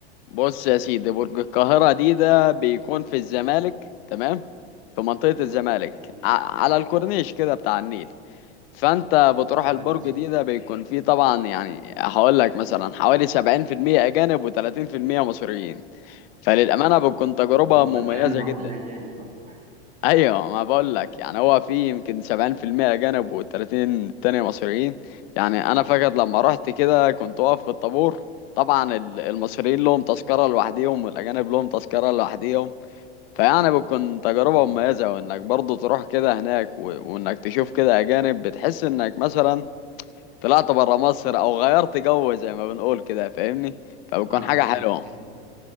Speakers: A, on the left; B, on the right.
A: بص يا سيدي برج القاهرة دي ده بيكون في الزمالك تمام في منطقة الزمالك
B: أنا
A: ع- على الكورنيش كده بتاع النيل فانت بتروح
B: كويس
A: البرج دي ده بيكون فيه طبعا يعني هقول لك مثلا حوالي 70% أجانب و30% مصريين فللأمانة بتكون تجربة
B: هو
A: مميزة
B: مكان معمول
A: جدا
B: للأجانب أصلا
A: ايوه ما بقول لك يعني هو في يمكن 70% اجانب و30 التانية مصريين يعني انا فاكر لما رحت كده كنت واقف في الطابور طبعا ال- المصريين لهم تذكرة لوحديهم والاجانب لهم تذكرة لوحديهم فيعني بتكون تجربة
B: آه.
A: مميزة وانك برضو تروح كده هناك و... وانك تشوف كده اجانب بتحس انك مثلا طلعت برا مصر او غيرت جو زي ما بنقول كده فاهمني فبتكون
B: اه
A: حاجة
B: يعني
A: حلوة
B: <laughs>